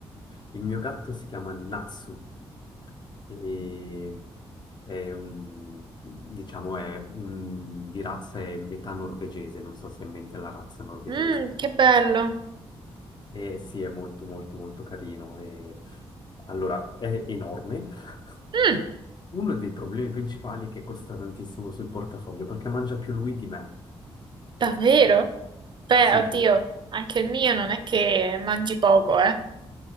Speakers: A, on the left (about 40°); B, on the right (about 45°).
A: Il mio gatto si chiama Natsu e è un, diciamo, è un, di razza è metà norvegese, non so se è in mente la razza norvegese.
B: Mm, che bello.
A: E sì, è molto molto molto carino e allora è enorme. <laughs>
B: Mm,
A: Uno dei problemi principali è che costa tantissimo sul portafoglio, perché mangia più lui di me.
B: davvero? Beh,
A: Sì,
B: oddio, anche il mio non è che mangi poco, eh.